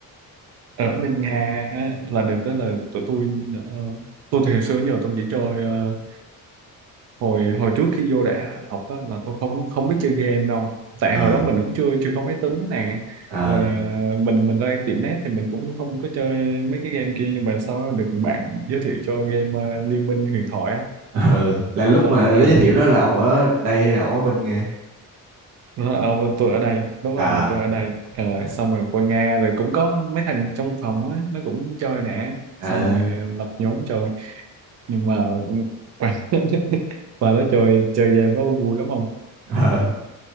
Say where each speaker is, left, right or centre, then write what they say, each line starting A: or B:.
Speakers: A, on the right; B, on the right.
A: ở bên Nga á, là được đó là tụi tôi ờ, tôi thì hồi xưa đến giờ tôi chỉ chơi ờ, hồi hồi trước khi vô đại học á, là tôi không không biết chơi game đâu tại
B: ờ
A: hồi đó mình cũng chưa chưa có máy tính nè
B: ờ.
A: rồi à, mình mình ra tiệm net thì mình cũng không có chơi mấy cái game kia nhưng mà sau đó được bạn giới thiệu cho game à, Liên Minh huyền thoại á
B: ừ là lúc
A: Sao-
B: mà lấy
A: ừ.
B: giới thiệu đó là ông ở đây hay là ông ở bên Nga
A: Nó nói, "Ông, tôi ở đây đúng rồi
B: à
A: là tôi ở đây Ờ,
B: dạ.
A: xong rồi qua Nga rồi cũng có mấy thằng trong phòng á nó cũng chơi nè
B: à
A: xong rồi lập nhóm chơi nhưng mà và <laughs> và nó chơi chơi game nó vui lắm không
B: ờ.